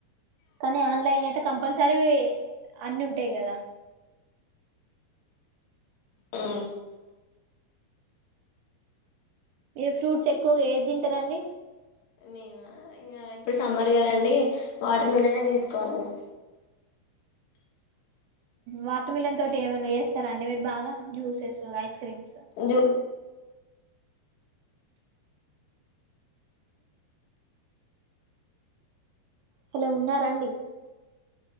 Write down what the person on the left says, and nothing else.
ఆ
మేము ఇంకా ఇప్పుడు సమ్మర్ కదండి వాటర్ మిల్నే తీసుకోవాలడి
జూ